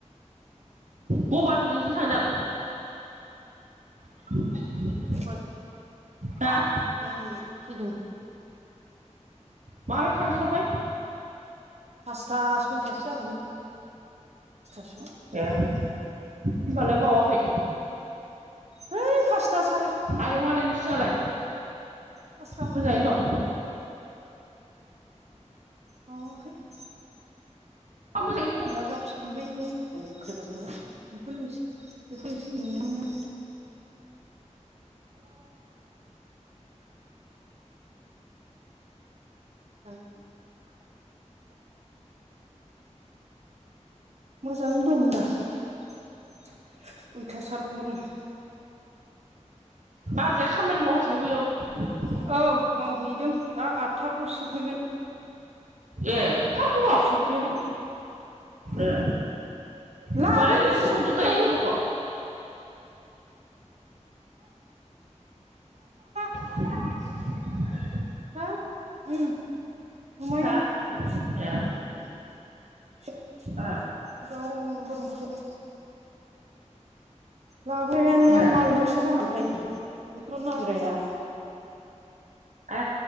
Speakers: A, on the right (about 80°); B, on the right (about 60°).
A: बबा दिनैजोंनो थांदों? <inaudible>
B: बबाजों
A: हा?
B: आंजों फैदों।
A: माला थांस्लाबखोहाय?
B: फासथा सयथासो जाबायमोन सयथासोआव
A: ए होमबालाय बावाखै।
B: है फासथा साराय फास
A: आयंआलाय नोंसिनालाय
B: पासथा बारदों
A: मोजाङैनो दं?
B: <unintelligible> ओमफ्राय नै
A: मोजाङै
B: दोखो दोखो बेखौनो एसे बेखौ एसे नेनायावनो दङ। मोजाङैनो दं होनदाहां। अयथासार गरम।
A: बाजैया खामानि मावगासिनो बैयाव
B: औ मावहैदों दा आथथाफ्रावसो सफैगोन।
A: ए एफा गोबाव?
B: थाब सफैया
A: ए
B: लाबोग्रायानो
A: होमबालाय नोंसो संदो
B: थाबखौनो
A: दायो
B: लाबोआ
A: ओंखामखौ
B: <unintelligible>
A: <unintelligible>
B: हा ओम बिमायं
A: हा
B: <unintelligible>
A: ए ए
B: लाग्रायानो
A: ए
B: मालदांसो जाना थायो बेखौ नागिरहैया।
A: ए